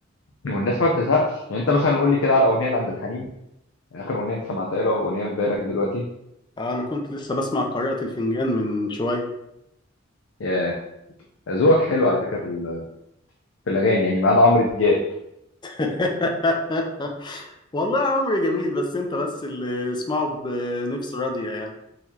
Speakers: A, on the left (about 70°); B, on the left (about 25°).
A: والناس ما بتزهقش يعني انت مثلا قول لي كده على اغنيه لعبد الحليم اخر اغنيه انت سمعتها له واغنيه في بالك دلوقتي
B: آه انا كنت لسه بسمع قارئة الفنجان من شويه
A: يا ذوقك حلو على فكره في ال- في الاغاني يعني ما عدا عمرو دياب
B: <laughs> والله عمري جميل بس انت بس اللي اسمعه بنفس راضيه يعني